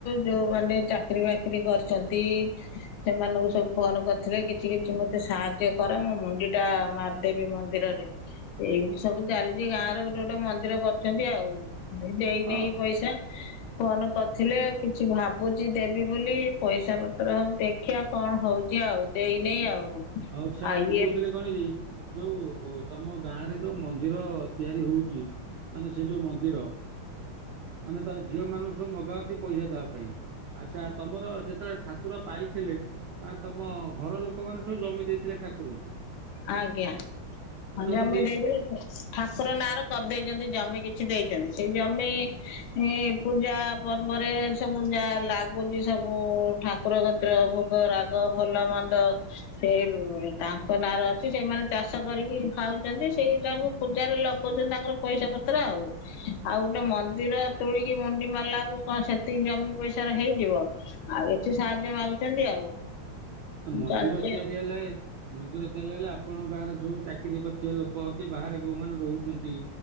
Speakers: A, on the left (about 75°); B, on the right (about 80°).
A: ଯୋଉମାନେ ଚାକିରୀ ବାକି ଚାକିରି କରିଛନ୍ତି ସେମାନଙ୍କୁ ସବୁ ଫୋନ କରିଥିଲେ କିଛି କିଛି ମତେ ସାହାଯ୍ୟ କର ମୁଁ ମୁଣ୍ଡି ଟା ମାରିଦିଏ ଦେବୀ ମନ୍ଦିରରେ ଏଇମିତି ସବୁ ଚାଲିଛି ଗାଁ ର ଗୋଟେ ଗୋଟେ ମନ୍ଦିର କରଛନ୍ତି ଆଉ ଦେଇ
B: ହଁ
A: ନେଇ
B: ଆଉ
A: ପଇସା ଫୋନ କରିଥିଲେ କିଛି ଭାବୁଛି ଦେବି ବୋଲି ପଇସା ପତ୍ର ଦେ ଦେଖିବା କଣ ହଉଛି ଆଉ ଦେଇନାଇ ଆଉ
B: ଆଛା
A: ଆଉ
B: ମୁଁ
A: ଇଏ
B: କହୁଥିଲି କଣ କି ଯୋଉ ତମ ଗାଁ ରେ ଯୋଉ ମନ୍ଦିର ତିଆରି ହୋଉଛି ମାନେ ସେ ଯୋଉ ମନ୍ଦିର ମାନେ ତା ଝିଅ ମାନ ମଗାହଉଛି ପଇସା ଦେବା ପାଇଁ ଆଛା ତମର ଯେତେବେଳେ ଠାକୁର ଠାକୁର ପାଇଥିଲେ ମାନେ ତମ ଘର ଲୋକମାନେ ସବୁ ଜମି ଦେଇଥିଲେ ଠାକୁରଙ୍କୁ
A: ଆଜ୍ଞା
B: ଆଉ
A: ହଁ
B: ଯଦି
A: ଜମି
B: ଦେଇ
A: ଦେଇଥିଲେ ଠାକୁର ନାଁରେ କରିଦେଇଛନ୍ତି ଜମି କିଛି ଦେଇଛନ୍ତି ସେଇ ଜମି ଏଁ ପୂଜା ପର୍ବରେ ସବୁ ଯା ଲାଗୁଛି ସବୁ ଠାକ କରଗୋତ୍ରୋ ଭୋଗ ରାଗ ଭଲ ମନ୍ଦ ସେଇ ତା ତାଙ୍କ ନାରେ ଅଛି ସେମାନେ ଚାଷ କରିକି ଖାଉଛନ୍ତି ସେଇଟାକୁ ପୂଜାରେ ଲଗଉଛନ୍ତି ତାଙ୍କର ପଇସା ପତ୍ର ଆଉ ଆଉ ଗୋଟେ ମନ୍ଦିର ତୋଳିକି ମୁଣ୍ଡି ମାରିଲାକୁ କଣ ସେତିକି ଜମି ପଇସାରେ ହେଇଯିବ ଆଉ କିଛି ସାହାଯ୍ୟ ମାଗୁଛନ୍ତି ଆଉ?
B: ମନ୍ଦିର
A: ଚାଲିଛି
B: ତିଆରି
A: ଆଉ
B: ହେଲେ, ମନ୍ଦିର ତିଆରି ହେଲେ ଆପଣଙ୍କ ଗାଁର ଯୋଉ ଚାକିରି ଚାକିରି କରିଥିବା ଲୋକ କି ବାହାରେ ଯୋଉମାନେ ରହୁଛନ୍ତି